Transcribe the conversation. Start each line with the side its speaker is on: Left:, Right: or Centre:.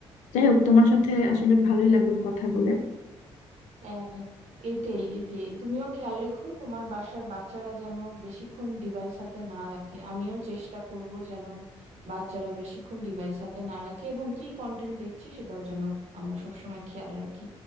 Left: যাই হোক তোমার সাথে আসলে ভালোই লাগলো কথা বলে
Right: হ্যাঁ এইটাই এইটাই তুমিও খেয়াল রেখো তোমার বাসার বাচ্চারা যেন বেশিক্ষণ ডিভাইস হাতে না রাখে আমিও চেষ্টা করব যেন বাচ্চারা বেশিক্ষণ ডিভাইস হাতে না রাখে এবং কি কন্টেন্ট দেখছে সেটাও যেন আমরা সবসময় খেয়াল রাখি